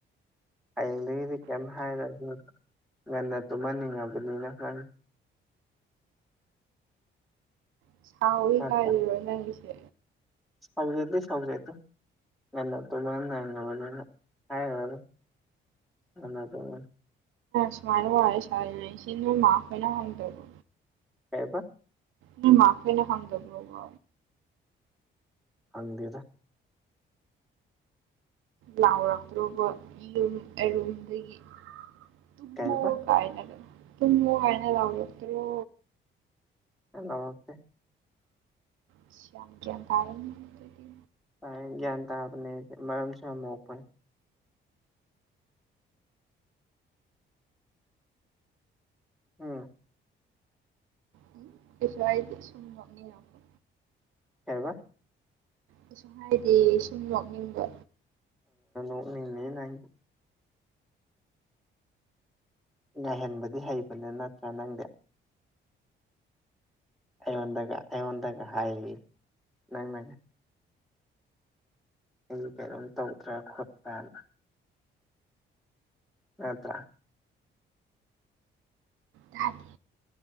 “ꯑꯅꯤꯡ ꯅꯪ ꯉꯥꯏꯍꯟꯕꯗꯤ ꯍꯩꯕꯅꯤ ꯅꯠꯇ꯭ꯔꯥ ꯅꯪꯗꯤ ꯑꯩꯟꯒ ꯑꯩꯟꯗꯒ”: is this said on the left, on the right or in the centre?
Centre